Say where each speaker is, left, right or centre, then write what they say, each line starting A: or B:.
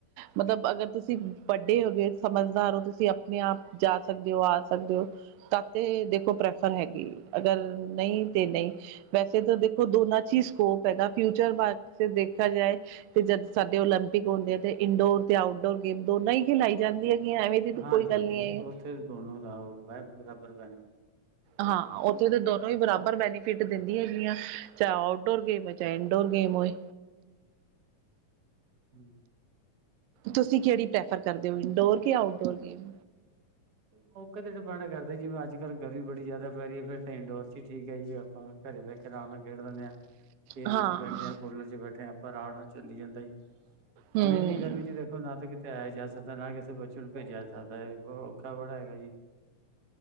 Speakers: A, on the right; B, on the right.
A: ਮਤਲਬ ਅਗਰ ਤੁਸੀਂ ਵੱਡੇ ਹੋ ਗਏ, ਸਮਝਦਾਰ ਹੋ ਤੁਸੀਂ ਆਪਣੇ ਆਪ ਜਾ ਸਕਦੇ ਹੋ, ਆ ਸਕਦੇ ਹੋ। ਤਾਂ ਤੇ ਦੇਖੋ ਪ੍ਰੈਫਰ ਹੈਗੀ ਅਗਰ ਨਈ ਤੇ ਨਈ। ਵੈਸੇ ਤਾਂ ਦੇਖੋ ਦੋਨਾਂ ਚੀਜ਼ ਸਕੋਪ ਹੈਗਾ ਫਿਊਚਰ ਬਾਰੇ ਦੇਖਾ ਜਾਏ। ਤੇ ਜਦ ਸਾਡੇ ਓਲੰਪਿਕ ਹੁੰਦੇ ਆ ਤੇ ਇੰਨਡੋਰ ਤੇ ਆਊਟਡੋਰ ਗੇਮ ਦੋਨਾਂ ਹੀ ਖਿਲਾਈ ਜਾਂਦੀ ਹੈਗੀ ਐਵੇਂ ਦੀ ਤਾਂ
B: ਹਾਂਜੀ
A: ਕੋਈ ਗੱਲ
B: ਹਾਂਜੀ
A: ਨਹੀਂ ਹੈਗੀ।
B: ਉੱਥੇ ਦੋਨੋ ਰਾਹ ਉਹ ਬਰਾਬਰ ਪੈਣੇ।
A: ਹਾਂ, ਉੱਥੇ ਤਾਂ ਦੋਨੋਂ ਹੀ ਬਰਾਬਰ ਬੈਨੀਫਿਟ ਦਿੰਦੀ ਹੈਗੀਆਂ। ਚਾਹੇ ਆਊਟਡੋਰ ਗੇਮ ਹੋਏ, ਚਾਹੇ ਇੰਨਡੋਰ ਗੇਮ ਹੋਏ।
B: ਹੂੰ।
A: ਤੁਸੀਂ ਕਿਹੜੀ ਪ੍ਰੈਫਰ ਕਰਦੇ ਹੋ, ਇੰਡੋਰ ਕਿ ਆਊਟਡੋਰ ਗੇਮ?
B: ਮੌਕੇ ਤੇ ਡਿਪੈਂਡ ਕਰਦਾ, ਜਿਵੇਂ ਅੱਜ-ਕੱਲ ਗਰਮੀ ਬੜੀ ਜ਼ਿਆਦਾ ਪੈ ਰਹੀ ਫਿਰ ਤਾਂ ਇੰਡੋਰ ਚ ਹੀ ਠੀਕ ਹੈ ਜੀ ਆਪਾਂ। ਘਰੇ ਬਹਿ ਕੇ ਆਰਾਮ ਨਾਲ ਖੇਡ ਦਿੰਦੇ ਹਾਂ। ਏ
A: ਹਾਂ
B: ਸੀ ਚ ਬੈਠੇ ਆ, ਕੂਲਰ ਚ ਬੈਠੇ ਆ ਆਪਾਂ ਆਰਾਮ ਨਾਲ ਚੱਲੀ ਜਾਂਦਾ ਜੀ।
A: ਹੂੰ
B: ਹੁਣ ਇੰਨੀ ਗਰਮੀ ਚ ਦੇਖੋ ਨਾ ਤਾਂ ਕਿ ਆਇਆ ਜਾ ਸਕਦਾ ਨਾ ਕਿਸੇ ਬੱਚੇ ਨੂੰ ਭੇਜਿਆ ਸਕਦਾ ਏ, ਔਖਾ ਬੜਾ ਹੈਗਾ ਜੀ।